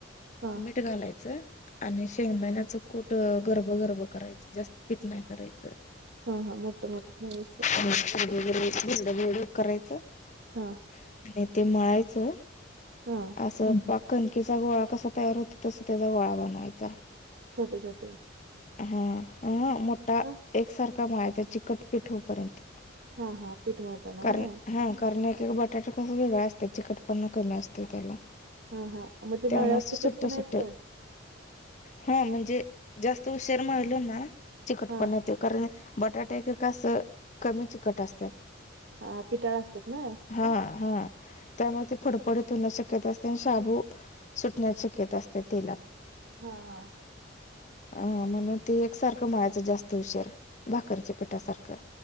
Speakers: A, on the right; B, on the left.
A: हा
B: मीठ घालायचं. आणि शेंगदाण्याच कूठ गर्भगर्भ करायचं जास्त पिठ नाही करायचं.
A: हा हा मोठ मोठ प्रस
B: <inaudible>
A: ह.
B: आणि ते मळायचं
A: हा
B: असं बा कणकेचा गोळा कसा तयार होतो तसा त्याचा गोळा बनवायचा.
A: छोटे छोटे.
B: हा ह मोठा
A: हा
B: एकसारखा माळायाचं चिकटपीठ होपर्यंत
A: हा हा पीठ मळताना
B: कर
A: व्हय
B: हा करणे क बटाटा तसं वेगळं असत चिकटपन्ना कमी असतं त्याला
A: हा हा मग ते
B: त्यामुळे
A: मळ्यावर
B: असं
A: चिकट
B: सुट्ट
A: पणा
B: सुट्ट
A: येतोय
B: हा म्हणजे जास्त हुशार मळल ना चिकटपण
A: हा
B: येत कारण बटाटे एक कसं कमी चिकट असतात.
A: हा पिटाळ असतात ना
B: हा हा त्यामुळे पडी धुण्या शक्यता असते आणि शाबू सुटण्याची शक्यता असते तेलात
A: हा हा.
B: <unintelligible> अ म्हणून ते एक सारखं माळायचं जास्त उशिर भाकररीच्या पिठासारखं.